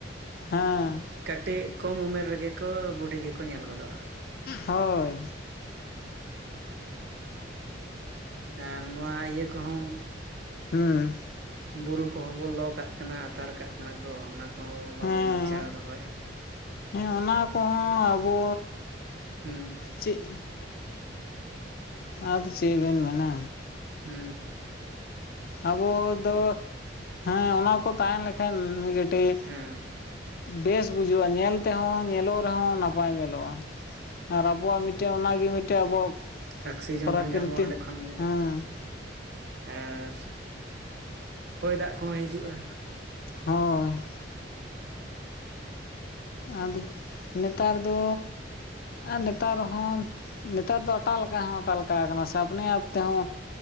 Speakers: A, on the left; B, on the right.
A: ᱦᱮᱸ
B: ᱠᱟᱹᱴᱤᱡ ᱠᱚᱢ ᱩᱢᱮᱨ ᱨᱮᱜᱮ ᱠᱚ ᱵᱩᱰᱷᱤ ᱜᱮᱠᱚ ᱧᱮᱞ ᱜᱚᱫᱚᱜᱼᱟ
A: ᱦᱳᱭ
B: ᱟᱨ ᱱᱚᱣᱟ ᱤᱭᱟᱹ ᱠᱚᱦᱚᱸ
A: ᱦᱩᱸ
B: ᱵᱩᱨᱩ ᱠᱚᱦᱚᱸ ᱵᱚ ᱞᱚ ᱠᱟᱜ ᱠᱟᱱᱟ ᱟᱛᱟᱨ ᱠᱟᱜ ᱠᱟᱱᱟ ᱠᱚ ᱚᱱᱟ ᱠᱚᱦᱚᱸ ᱵᱟᱵᱚ
A: ᱦᱮᱸ
B: ᱵᱟᱧᱪᱟᱣ ᱫᱚᱦᱚᱭᱮᱫᱼᱟ
A: ᱦᱮᱸ ᱚᱱᱟ ᱠᱚᱦᱚᱸ ᱟᱵᱚ
B: ᱦᱩᱸ
A: ᱪᱮᱫ ᱟᱫᱚ ᱪᱮᱫ ᱵᱮᱱ ᱢᱮᱱᱟ
B: ᱦᱮᱸ
A: ᱟᱵᱚ ᱫᱚ ᱦᱮᱸ ᱚᱱᱟ ᱠᱚ ᱛᱟᱦᱮᱸ ᱞᱮᱠᱷᱟᱱ ᱢᱤᱫ ᱠᱟᱹᱴᱤᱡ
B: ᱦᱮᱸ
A: ᱵᱮᱥ ᱵᱩᱡᱷᱟᱹᱜ-ᱟ ᱧᱮᱞ ᱛᱮᱦᱚᱸ ᱧᱮᱞᱚᱜ ᱨᱮᱦᱚᱸ ᱱᱟᱯᱟᱭ ᱧᱮᱞᱚᱜ-ᱟ ᱟᱨ ᱟᱵᱚᱣᱟᱜ ᱢᱤᱫᱴᱮᱱ ᱚᱱᱟᱜᱮ ᱢᱤᱫᱴᱮᱱ ᱟᱵᱚᱣᱟᱜ
B: ᱚᱠᱥᱤᱡᱮᱱ
A: ᱯᱨᱟᱠᱨᱤᱛᱤᱠ
B: ᱦᱚᱸ ᱧᱟᱢᱚᱜ-ᱟ ᱚᱸᱰᱮ ᱠᱷᱚᱱ ᱜᱮ
A: ᱦᱮᱸ
B: ᱟᱨ ᱦᱚᱭ ᱫᱟᱜ ᱠᱚᱦᱚᱸ ᱦᱤᱡᱩᱜ-ᱟ
A: ᱦᱳᱭ ᱟᱫᱚ ᱱᱮᱛᱟᱨ ᱫᱚ ᱟᱨ ᱱᱮᱛᱟᱨ ᱦᱚᱸ ᱱᱮᱛᱟᱨ ᱫᱚ ᱟᱴᱟᱞ ᱞᱮᱠᱟ ᱦᱚᱸ ᱟᱴᱟᱞ ᱞᱮᱠᱟ ᱠᱟᱱᱟ ᱥᱮ ᱟᱯᱱᱮ ᱟᱯ ᱛᱮᱦᱚᱸ